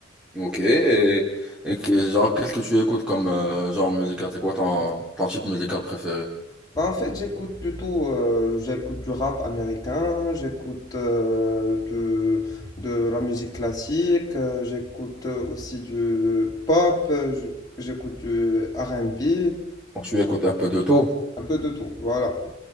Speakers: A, in the centre; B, on the left.
A: Ok. Et, et que- genre, qu'est-ce que tu écoutes comme euh, genre musical? C'est quoi ton, ton type musical préféré?
B: Bah, en fait, j'écoute plutôt euh, j'écoute du rap américain, j'écoute euh, du- de la musique classique, euh, j'écoute euh, aussi du pop, euh, je- j'écoute du R and B
A: Donc, tu écoutes un peu de tout.
B: un peu de tout, voilà.